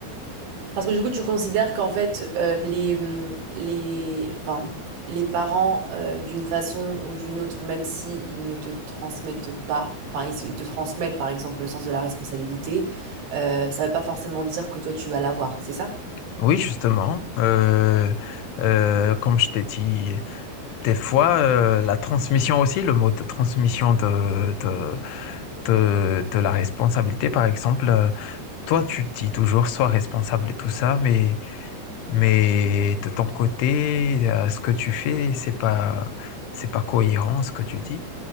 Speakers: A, on the right (about 80°); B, on the left (about 85°).
A: parce que du coup, tu considères qu'en fait, euh, les, hum, les, enfin, les parents, euh, d'une façon ou d'une autre, même si ils ne te transmettent pas, enfin, ils se- ils te transmettent, par exemple, le sens de la responsabilité, euh, ça ne veut pas forcément dire que toi, tu vas l'avoir, c'est ça?
B: Oui, justement. Euh, euh, comme je t'ai dit, des fois, euh, la transmission aussi, le mode de transmission de, de, de, de la responsabilité, par exemple, euh, toi, tu te dis toujours sois responsable et tout ça, mais, mais de ton côté, euh, ce que tu fais, c'est pas, c'est pas cohérent ce que tu dis.